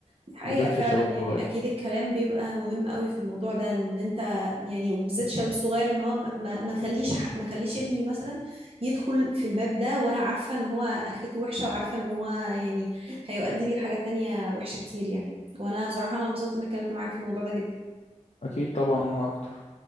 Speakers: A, on the right (about 50°); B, on the left (about 65°).
A: دي حقيقة
B: بالذات
A: فعلا
B: في الشباب
A: يعني
B: الصغير
A: أكيد الكلام بيبقى مهم قوي في الموضوع ده إن أنت يعني وبالذات شاب صغير إن هو ما ما ما خليش ح- ما خليش ابني مثلا يدخل في الباب ده وأنا عارفة إن هو آخرته وحشة وعارفة إن هو يعني هيؤدي بيه لحاجات تانية وحشة كتير يعني وأنا بصراحة أنا انبسطت إن أنا اتكلمت معاك في الموضوع ده جدا
B: أكيد طبعا وأنا أكتر